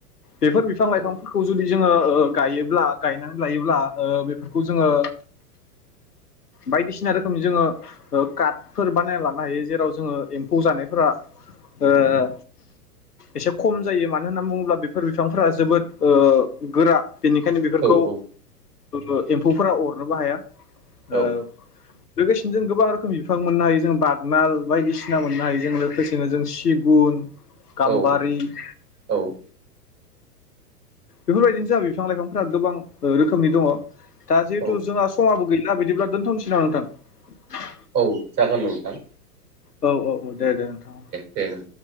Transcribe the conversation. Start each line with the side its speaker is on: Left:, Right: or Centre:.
Left: बेफोर बिफां लाइफांफोरखौ
Right: औ
Left: जुलि। जोङो ओह गायोब्ला गायनानै लायोब्ला ओह बेफोरखौ जोङो। बायदिसिना रोखोमनि जोङो ओह काटफोर बानायना लानोहायो जेराव जोङो एम्फौ जानायफोरा ओह एसे खमजायो मानो होननानै बुङोब्ला बेफोर बिफांफोरा जोबोद ओह गोरा। बेनिखायनो बेफोरखौ
Right: औ औ
Left: ओ एम फौफोरा अरनोबोहाया। ओ।
Right: औ
Left: लोगोसेनो जों गोबां रोखोमनि बिफां मोननोहायो जोंङो बागनाल बायदिसिना मोननोहायो जोंङो लोखोसेनो जोंङो सिगुन। गामबारि।
Right: औ
Left: <inaudible>
Right: औ
Left: बेफोरबायदिनो जोंहा बिफां लाइफांफोरा गोबां रोखोमनि दङ। दा जिहेथु
Right: औ
Left: जोंहा समाबो गैला बिदिब्ला दोनथ'नोसै नामा नोंथां?
Right: औ जागोन नोंथां।
Left: औ औ औ दे दे नोंथां औ।
Right: दे नोंथां।